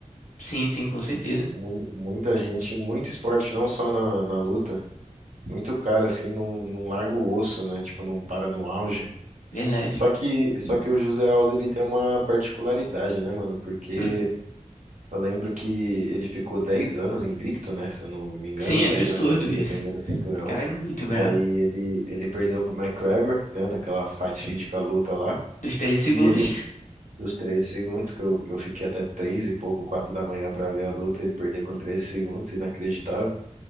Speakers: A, on the left; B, on the right.
A: Sim, sim, com certeza.
B: Mu- Muita gente, em muito esporte, não só na, na luta, muito cara assim não, não larga o osso, né? Tipo, não para no auge.
A: Verdade.
B: Só que, só que o José Aldo ele tem uma particularidade, né, mano? Porque
A: Hum.
B: eu lembro que ele ficou 10 anos invicto, né? Se eu não me engano,
A: Sim, é
B: 10
A: absurdo
B: anos ali
A: isso.
B: defendendo o cinturão.
A: O cara é muito bravo.
B: E aí ele, ele perdeu pro McGregor, né? Naquela fatídica luta lá.
A: Dos três segundos.
B: E ele, dos 13 segundos, que eu, eu fiquei até 3 e pouco, 4 da manhã pra ver a luta, ele perdeu com 13 segundos, inacreditável.